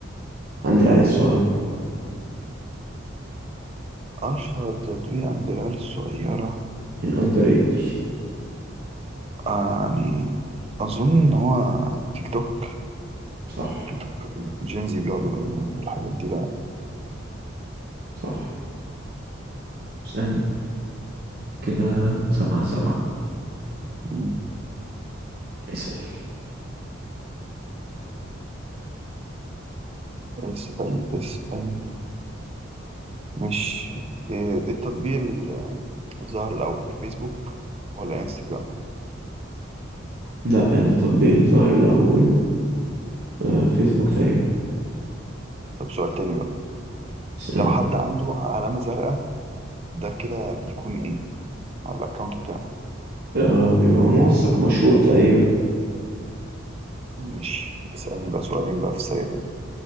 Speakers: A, on the right; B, on the right.
A: عند العيال الصغيرة
B: اشهر تطبيق عند العيال الصغيرة
A: الأندر إيدج
B: آه، يعني اظن ان هو تيك توك
A: صح
B: تيك توك جينزي بيقعدوا والحاجات دي
A: صح اسألني كده سبعة سبعة
B: بقى
A: اسأل
B: اسأل اسأل مش إيه التطبيق ال- الظاهر الأول فيسبوك ولا انستجرام
A: لا التطبيق اللي ظهر الأول آه فيسبوك تقريبا
B: طب سؤال تاني بقى
A: اسألني
B: لو حد عنده علامة زرقاء ده كده بيكون ايه على الأكاونت بتاعه
A: آه بيبقى موثق مشهور تقريبا
B: مش اسألني بقى سؤالين بقى في السريع كده